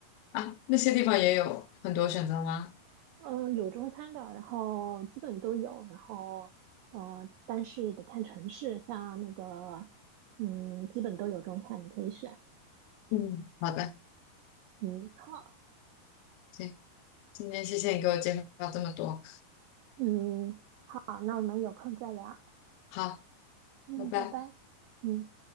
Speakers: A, on the left; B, on the right.
A: 啊，那些地方也有很多选择吗？
B: 嗯，有中餐的，然后基本都有，然后，嗯，但是得看城市，像那个，嗯，基本都有中餐，你可以选。
A: 嗯，好的，
B: 嗯，好。
A: 行，今天谢谢你给我介绍这么多，
B: 嗯，好，那我们有空再聊。
A: 好，
B: 嗯，
A: 拜拜。
B: 拜拜。嗯。